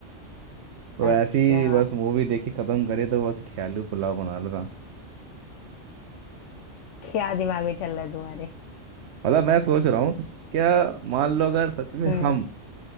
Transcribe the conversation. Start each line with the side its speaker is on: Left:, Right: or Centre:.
Right: तो
Left: अच्छा
Right: ऐसी बस मूवी देखी खत्म करी तो बस ख्याली पुलाव बना रहा था
Left: क्या दिमाग में चल रहा है तुम्हारे
Right: मतलब मैं सोच रहा हूँ क्या मान लो अगर सच में
Left: हम्म
Right: हम